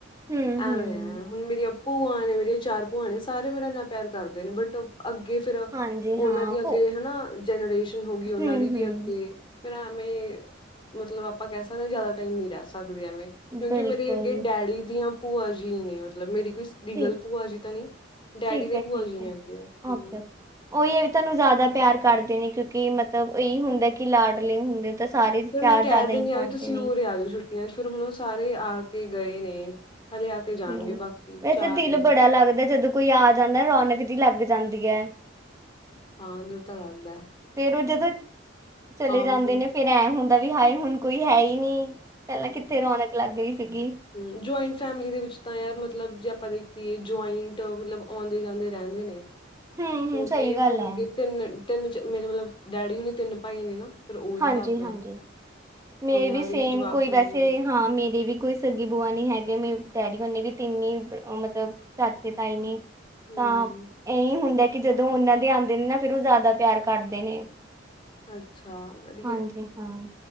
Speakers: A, on the right (about 15°); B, on the left (about 25°).
A: ਹੂੰ,
B: ਐਵੇਂ
A: ਹੂੰ,
B: ਐ, ਹੁਣ ਮੇਰੀਆਂ ਪੂਆਂ ਨੇ, ਮੇਰੇ ਚਾਰ ਭੂਆ ਨੇ ਸਾਰੇ ਮੇਰਾ ਇੰਨਾ ਪਿਆਰ ਕਰਦੇ ਨੇ ਬਟ ਅੱਗੇ ਫਿਰ ਉਹਨਾਂ
A: ਹਾਂਜੀ ਹਾਂ
B: ਦੀ ਅੱਗੇ
A: ਭੁ
B: ਹਨਾ, ਜਨਰੇਸ਼ਨ ਹੋ ਗਈ ਉਹਨਾਂ
A: ਹੂੰ,
B: ਦੀ
A: ਹੂੰ,
B: ਵੀ ਅੱਗੇ ਫਿਰ ਐਮੇਂ ਮਤਲਬ ਆਪਾਂ ਕਹਿ ਸਕਦੇ ਹਾਂ ਜਿਆਦਾ ਟਾਈਮ ਨੀ ਰਹਿ ਸਕਦੇ ਐਵੇਂ ਕਿਉਂਕਿ
A: ਬਿਲਕੁਲ
B: ਮੇਰੇ ਅੱਗੇ ਡੈਡੀ ਦੀਆਂ ਭੂਆ ਜੀ ਨੇ ਮਤਲਬ ਮੇਰੀ ਕੋਈ ਡੀਗਲ
A: ਠੀਕ
B: ਭੂਆ ਜੀ ਤਾਂ ਨੀ, ਡੈਡੀ
A: ਠੀਕ
B: ਦੇ
A: ਹੈ, ਠੀਕ
B: ਭੂਆ ਜੀ ਨੇ
A: ਹੈ,
B: ਅੱਗੇ, ਹਂ।
A: ਓਕੇ, ਉਹੀ ਇਹ ਵੀ ਤੁਹਾਨੂੰ ਜ਼ਿਆਦਾ ਪਿਆਰ ਕਰਦੇ ਨੇ, ਕਿਉਂਕਿ ਮਤਲਬ ਇਹੀ ਹੁੰਦਾ ਕਿ ਲਾਡਲੇ ਹੁੰਦੇ ਹੋ ਤਾਂ ਸਾਰੇ
B: ਫਿਰ
A: ਪਿਆਰ
B: ਮੈਂ ਕਹਿ
A: ਜ਼ਿਆਦਾ
B: ਦਿੰਦੀ
A: ਹੀ
B: ਆ,
A: ਕਰਦੇ
B: ਤੁਸੀਂ
A: ਨੇ,
B: ਉਰੇ ਆ ਜਾ ਛੁੱਟੀ 'ਚ ਫਿਰ ਹੁਣ ਉਹ ਸਾਰੇ ਆ ਕੇ ਗਏ ਨੇ, ਹਲੇ ਆ ਕੇ ਜਾਣਗੇ
A: ਹਮ,
B: ਬਾਕੀ
A: ਵੈਸੇ
B: ਚਾਰ
A: ਦਿਲ
B: ਨੇ
A: ਬੜਾ ਲੱਗਦਾ ਜਦੋਂ ਕੋਈ ਆ ਜਾਂਦਾ ਰੌਨਕ ਜੀ ਲੱਗ ਜਾਂਦੀ ਹੈ
B: ਹਾਂ ਨਿਰਤਾ ਲਗਦਾ
A: ਫੇਰ ਉਹ ਜਦੋਂ, ਚਲੇ ਜਾਂਦੇ
B: ਮਤਲਬ
A: ਨੇ ਫਿਰ ਐਂ ਹੁੰਦਾ ਵੀ ਹਾਏ ਹੁਣ ਕੋਈ ਹੈ ਹੀ ਨੀ, ਪਹਿਲਾਂ ਕਿੱਥੇ ਰੌਣਕ ਲੱਗ ਗਈ ਸੀਗੀ
B: ਹਮ, ਜੁਆਇੰਟ ਫੈਮਿਲੀ ਦੇ ਵਿੱਚ ਤਾਂ ਯਾਰ ਮਤਲਬ ਜੇ ਆਪਾਂ ਦੇਖੀਏ, ਜੁਆਇੰਟ ਮਤਲਬ ਆਉਂਦੇ ਜਾਂਦੇ ਰਹਿੰਦੇ ਨੇ
A: ਹੂੰ,
B: ਕਿਉਂਕਿ
A: ਹੂੰ, ਸਹੀ ਗੱਲ
B: ਫਿਰ
A: ਹੈ,
B: ਅੱਗੇ ਤਿੰਨ, ਤਿੰਨ ਮੇਰੇ ਮਤਲਬ ਡੈਡੀ ਹੁਣੀ ਤਿੰਨ ਭਾਈ ਨੇ ਨਾ ਫਿਰ ਉਹੀ
A: ਹਾਂਜੀ-
B: ਹਿਸਾਬ ਨਾਲ
A: ਹਾਂਜੀ,
B: ਫਿਰ
A: ਮੇਰੇ
B: ਉਹਨਾਂ
A: ਵੀ
B: ਦੇ
A: ਸੇਮ
B: ਜਵਾਕ
A: ਕੋਈ
B: ਹੋ
A: ਵੈਸੇ
B: ਜਾਂਦੇ ਨੇ।
A: ਹਾਂ ਮੇਰੀ ਵੀ ਕੋਈ ਸੱਗੀ ਬੂਆ ਨੀ ਹੈਗੇ ਮੇ, ਡੈਡੀ ਹੋਣੀ ਵੀ ਤਿੰਨ ਮਤਲਬ ਚਾਚੇ ਤਾਈ ਨੀ
B: ਹੂੰ,
A: ਤਾਂ, ਇਹੀ ਹੁੰਦਾ ਕਿ ਜਦੋਂ ਉਹਨਾਂ ਦੇ ਆਉਂਦੇ ਨੇ ਨਾ ਫਿਰ ਉਹ ਜ਼ਿਆਦਾ ਪਿਆਰ ਕਰਦੇ ਨੇ
B: ਅੱਛਾ <unintelligible> ਚਵਰ
A: ਹਾਂਜੀ ਹਾਂ,